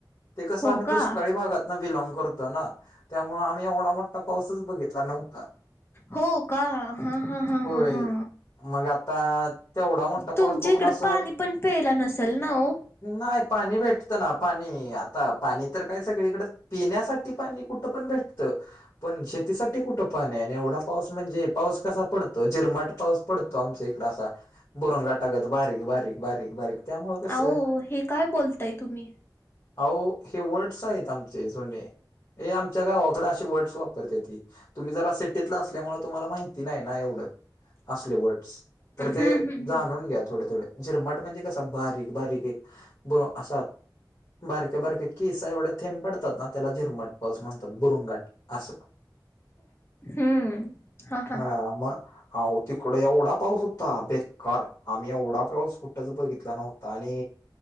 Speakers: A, on the left (about 50°); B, on the left (about 30°).
A: ते कसं
B: हो
A: आम्ही
B: का
A: दुष्काळी भागात न बिलॉग करतो ना त्यामुळे आम्ही एवढा मोठा पाऊसच बघितला नव्हता.
B: होका, हा, ह, ह,
A: होय
B: ह, हा.
A: मग आता तेवढा मोठा पाऊस
B: तुमच्या
A: बघून
B: इकडं
A: असं
B: पाणी पण प्यायला नसेल ना ओ?
A: नाही पाणी भेटतं ना पाणी आता पाणी तर काय सगळीकडं पिण्यासा ते पाणी कुठं पण भेटतं. पण शेतीसाठी कुठं पाणी आहे आणि एवढा पाऊस म्हणजे पाऊस कसा पडतो जिरमाट पाऊस पडतो आमच्या इकडे असा बुरुंगटागत बारीक, बारीक, बारीक, बारीक. त्यामुळं कसं
B: अहो हे काय बोलताय तुम्ही?
A: अहो हे वर्ड्स आहेत आमचे जुने हे आमच्या गावावाकड अशी वर्ड्स वापरते ती तुम्ही जरा सेटीतला असल्यामुळे तुम्हाला माहिती नाही ना एवढं असले वर्डस तर
B: हम्म
A: ते
B: हम्म हम्म.
A: जाणून घ्या थोडे, थोडे झिरमट म्हणजे कस बारीक, बारीक एक ब असा बारक्या, बारक्या केसा एवढ्या थेंब पडतात ना त्याला झिरमट पाऊस म्हणतात बुरुंगट अस.
B: हम्म, हा, हा.
A: हा मग अहो तिकड एवढा पाऊस होता बे कार आम्ही एवढा पाऊस कुठंच बघितला नव्हता आणि